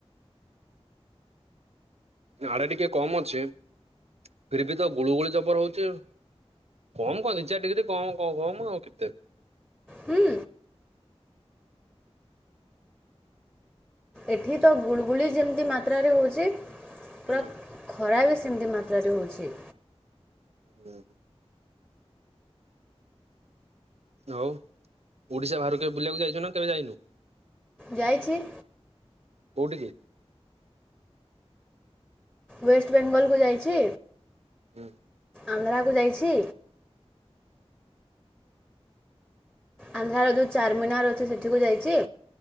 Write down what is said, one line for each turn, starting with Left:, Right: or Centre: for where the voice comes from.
Right: ଆଡେ ଟିକେ କମ ଅଛି ଫିର ବି ତ ଗୁଳୁଗୁଳି ଜବର ହଉଛି। କମ କହନ୍ତିି ଦି ଚାରି ଡିଗ୍ରୀ କମ କଣ କମ ଆଉ କେତେ?
Centre: ହୁଁ ଏଠି ତ ଗୁଳୁଗୁଳି ଯେମିତି ମାତ୍ରାରେ ହଉଛି ପୁରା
Right: ହୁଁ
Centre: ଖରା ବି ସେମିତି ମାତ୍ରାରେ ହେଉଛି
Right: ହୁଁ। ଆଉ ଓଡିଶା ବାହାରକୁ କେବେ ବୁଲିବାକୁ ଯାଇଚୁ ନା କେବେ ଯାଇନୁ।
Centre: ଯାଇଛି।
Right: କୋଉଠି କି?
Centre: ୱେଷ୍ଟ ବେଙ୍ଗଲକୁ ଯାଇଛି।
Right: ହୁଁ।
Centre: ଆନ୍ଧ୍ରାକୁ ଯାଇଛି। ଆନ୍ଧ୍ରାର ଯେଉଁ ଚାର୍ମିିନାର ଅଛି ସେଠିକୁ ଯାଇଛି।